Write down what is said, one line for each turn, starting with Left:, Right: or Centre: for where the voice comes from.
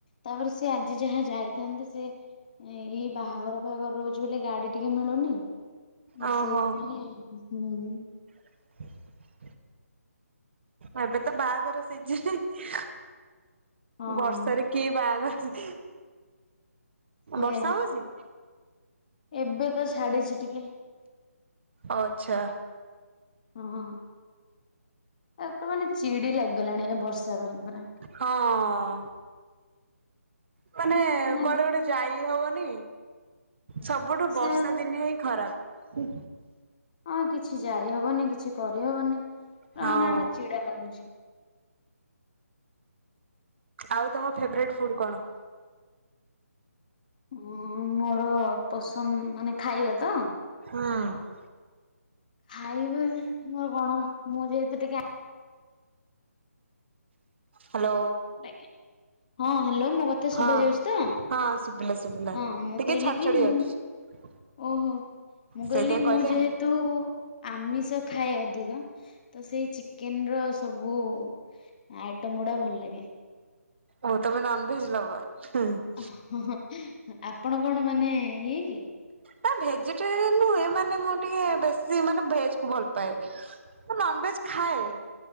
Left: ତାପରେ ସେ ଆଜି ଯାହା ଯାଇଥାନ୍ତେ, ସେ ଏଇ ବାହାଘର ଫାଗର ରହୁଚି ବୋଲି, ଗାଡି ଟିକେ ମିଳୁନି।
Right: ଓହୋ
Left: ସେଇଥିପାଇଁ, ହୁଁ।
Right: <unintelligible> ଏବେ ତ ବାଗର ସିଜିନି,
Left: ହଁ
Right: ବର୍ଷାରେ କି ବାଗର?
Left: ସେଇଆ
Right: ବର୍ଷା ହଉଚି?
Left: ଏବେ ତ ଛାଡିଚି ଟିକେ।
Right: ଓ ଆଛା।
Left: ହଁ, ଆପ ମାନେ ଚିଡି ଲାଗିଗଲାଣି, ଏ ବର୍ଷା ପାଇଁ ପୁରା।
Right: ହଁ, ମାନେ
Left: ନା
Right: କୁଆଡେ ଗୋଟେ ଯାଇ ହବନି, ସବୁଠୁ
Left: ସେ
Right: ବର୍ଷା ଦିନେ ହିଁ ଖରାପ।
Left: ହଁ କିଛି ଯାଇହବନି, କିଛି କରିହବନି, ମାନେ
Right: ହଁ।
Left: ଗୋଟେ ଚିଡା ଲାଗୁଚି।
Right: ଆଉ ତମ ଫେବରାଇଟ ଫୁଡ କଣ?
Left: ହଁ ମୋର ପସନ୍ଦ, ମାନେ ଖାଇବା ତ?
Right: ହଁ।
Left: ଖାଇବ ମୋର କଣ? ମୁଁ ଯେହେତୁ ଟିକେ
Right: ହାଲୋ।
Left: ହଁ ହ୍ୟାଲୋ ମୋ କଥା
Right: ହଁ।
Left: ଶୁଭା ଯାଉଛି ତ?
Right: ହଁ ଶୁଭିଲା ଶୁଭିଲା
Left: ହଁ ମୁଁ
Right: ଟିକେ
Left: କହିଲି
Right: ଛାଡ
Left: କି
Right: ଛାଡି
Left: ମୁଁ
Right: ଯାଉଛି।
Left: ଓହୋ ମୁଁ
Right: ସେଇଥିପାଇଁ
Left: କହିଲି ମୁଁ
Right: କହିଲେ।
Left: ଯେହେତୁ ଆମିଷ ଖାଏ ଅଧିକ। ତ ସେଇ ଚିକେନ ର ସବୁ ଆଇଟମ ଗୁଡା ଭଲ ଲାଗେ।
Right: ଓ ତମେ ନନଭେଜ ଲଭର୍? ହୁଁ
Left: ହୁଁ ହୁଁ ଆପଣ କଣ ମାନେ ଇଏ କି?
Right: ନା ଭେଜିଟେରିଆନ ନୁହେଁ ମାନେ ମୁଁ ଟିକେ ବେଶୀ ମାନେ ଭେଜ କୁ ଭଲ ପାଏ। ମୁଁ ନନଭେଜ ଖାଏ